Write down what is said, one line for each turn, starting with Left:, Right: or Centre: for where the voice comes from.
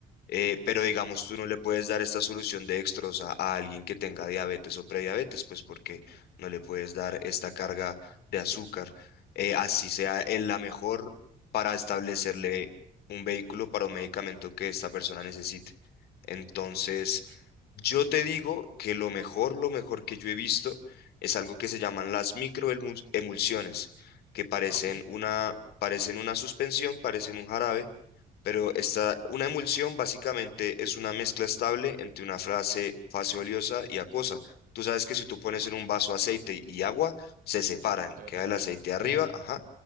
Left: Eh, pero digamos, tú no le puedes dar esta solución de dextrosa a alguien que tenga diabetes o prediabetes, pues porque no le puedes dar esta carga de azúcar, eh, así sea eh, la mejor para establecerle un vehículo para un medicamento que esta persona necesite. Entonces, yo te digo que lo mejor, lo mejor que yo he visto es algo que se llaman las microemulsiones, que parecen
Right: Ok, se
Left: una, parecen una suspensión, parecen un jarabe pero esta una emulsión básicamente es una mezcla estable entre una frase, fase oleosa y acuosa. Tú sabes que si tú pones en un vaso aceite y agua, se separan,
Right: va
Left: queda
Right: a separar.
Left: el aceite arriba,
Right: Ujú,
Left: ajá.